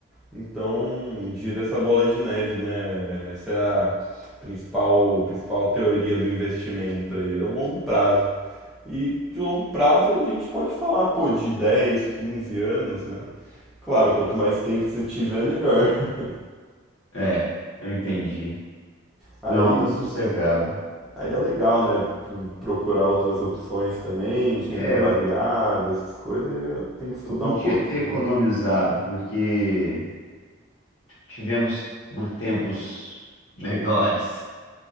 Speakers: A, in the centre; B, on the left.
A: Então gira essa bola de neve, né? Essa é a principal, principal teoria do investimento aí, é o longo prazo. E de longo prazo a gente pode falar, pô, de 10, 15 anos, né? Claro, quanto mais tempo você tiver, melhor. <laughs>
B: É, é, eu entendi.
A: Aí,
B: Não, tá sossegado.
A: aí é legal, né? P- Procurar outras opções também, de renda
B: É,
A: variável,
B: eu,
A: essas coisas, aí eu tenho que estudar
B: eu podia
A: um pouquinho.
B: ter economizado, porque tivemos uma- tempos melhores,